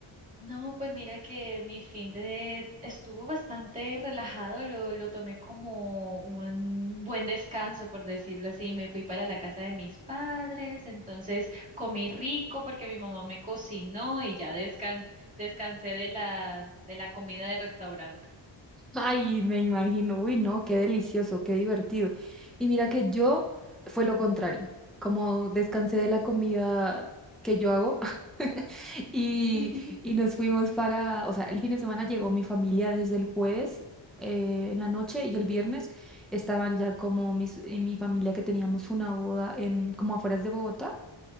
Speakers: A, on the right; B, in the centre.
A: No, pues mira que mi fin de estuvo bastante relajado, lo, lo tomé como un buen descanso, por decirlo así. Me fui para la casa de mis padres, entonces comí rico porque mi mamá me cocinó y ya descan- descansé de la, de la comida de restaurante.
B: Ay, me imagino, uy, no, qué delicioso, qué divertido. Y mira que yo fue lo contrario, como descansé de la comida que yo hago <laughs> y,
A: <laughs>
B: y nos fuimos para, o sea, el fin de semana llegó mi familia desde el jueves eh, en la noche y el viernes estaban ya como mis, y mi familia que teníamos una boda en, como afueras de Bogotá.